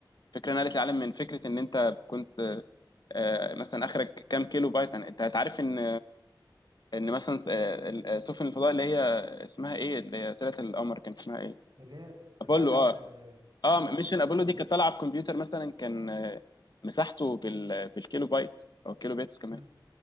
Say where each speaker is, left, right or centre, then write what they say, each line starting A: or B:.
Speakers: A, on the left; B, on the right.
A: فكرة نقلت العالم من فكرة ان انت كنت آه، مثلا اخرك كام كيلو بايت انت هتعرف ان ان مثلا س- آه، ال- آه، سفن الفضاء اللي هي اسمها ايه اللي هي طلعت القمر كان اسمها ايه
B: اللي هي
A: ابولو
B: بتاعت
A: اه
B: اه
A: اه
B: اه
A: ميشن
B: آه،
A: ابولو
B: ابولو
A: دي كانت طالعه بكمبيوتر مثلا كان آه، مساحته بال بالكيلو بايت او كيلو بيتس كمان
B: امم